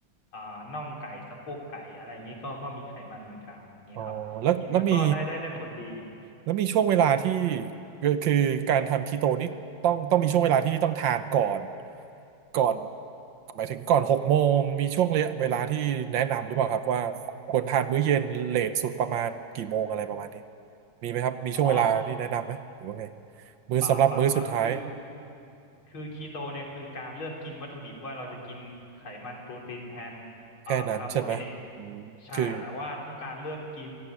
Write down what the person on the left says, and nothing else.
อ่าน่องไก่สะโพกไก่อะไรเงี้ยก็ก็มีไขมันเหมือนกันเงี้ยครับกินมันก็ได้ได้ได้ผลดี
อ๋อ
เปล่าเปล่าครับคือ คือคีโตเนี่ยคือการเลือกกินวัตถุดิบว่าเราจะกินไขมันโปรตีนแทน
อ่าคาร์โบไฮเดรตใช่แต่ว่าถ้าการเลือกกิน